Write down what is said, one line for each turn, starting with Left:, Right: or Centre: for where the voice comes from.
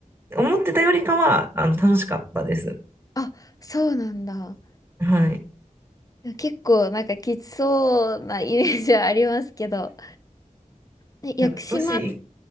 Right: 思ってたよりかは、あの、楽しかったです。
Left: あ、そうなんだ。
Right: はい。
Left: 結構なんかきつそうなイメージはありますけど。ね、屋久島、
Right: でももし、